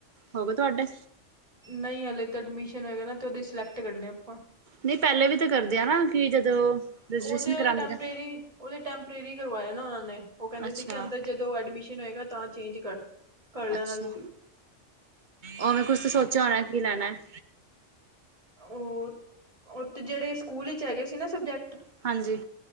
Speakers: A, on the right; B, on the right.
A: ਹੋ ਗਏ ਤੁਹਾਡੇ?
B: ਨਹੀਂ ਹਲੇੇ ਤਾਂ ਐਡਮਿਸ਼ਨ ਹੋਏਗਾ, ਨਾ ਤੇ ਉਹਦੇ ਸਿਲੈਕਟ ਕਰਨੇ ਆਪਾਂ।
A: ਨਹੀਂ ਪਹਿਲੇ ਵੀ ਤਾਂ ਕਰਦੇ ਆ ਨਾ ਕਿ ਜਦੋਂ ਰਜਿਸਟ੍ਰੇਸ਼ਨ
B: ਉਹ ਤੇ
A: ਕਰਾਉਂਦੇ
B: ਟੈਂਪਰੇਰੀ
A: ਨੇ
B: ਉਹ ਤੇ ਟੈਂਪਰੇਰੀ ਕਰਵਾਏ ਨਾ ਉਹਨਾਂ ਨੇ ਉਹ ਕਹਿੰਦੇ
A: ਅੱਛਾ
B: ਸੀ ਕਿ ਅੰਦਰ ਜਦੋਂ ਐਡਮਿਸ਼ਨ ਹੋਏਗਾ ਤਾਂ ਚੇਂਜ ਕਰ ਕਰ ਲੈਣਾ
A: ਅੱਛਾ
B: ਤੁਸੀਂ
A: ਉਹਵੇੈਂ ਕੁਛ ਤਾਂ ਸੋਚਿਆ ਹੋਣਾ ਕੀ ਲੈਣਾ ਹੈ
B: ਉਹ ਉਹ ਤੇ ਜਿਹੜੇ ਸਕੂਲ ਵਿੱਚ ਹੈਗੇ ਸੀ ਨਾ ਸਬਜੈਕਟ
A: ਹਾਂਜੀ,